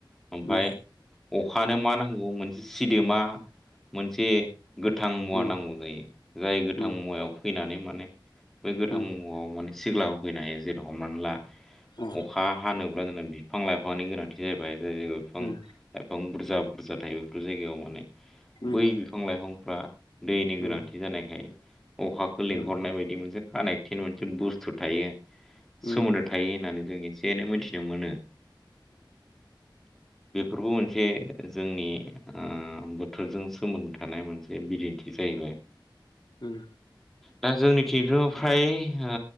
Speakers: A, in the centre; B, on the left (about 60°).
A: ओमफाय
B: उम
A: अखानो मा नांगौ मोनसे सिदोमा मोनसे गोथां मुवा
B: उम
A: नांगौ जायो जाय गोथां
B: उम
A: मुवायाव फैनानै माने बे गोथां
B: उम
A: मुवायाव माने सिग्लाब होफैनो हायो जेरै हमनानै ला
B: अ
A: अखा हानो ब्ला जोंना बिफां -लाइफांनि गोनांथि जाहैबाय जाय जायगायाव बिफां-
B: उम
A: लाइफां बुर जा बुरजा थायो बेफोर जायगायाव माने
B: उम
A: बै बिफां लाइफांफ्रा दैनि गोनांथि
B: उम
A: जानायखाय अखाखौ लिंहरनाय
B: उम
A: बायदि मोनसे कानेक्टिन मोनसे बुस्थु थायो
B: उम
A: सोमोन्दो थायो होननानै जों एसे एनै मोनथिनो मोनो। बेफोरबो मोनसे जोंनि ओ बोथोरजों सोमोन्दो थानाय मोनसे बिदिन्थि जाहैबाय।
B: ओ
A: दा जोंनिथिं फ्राय ओ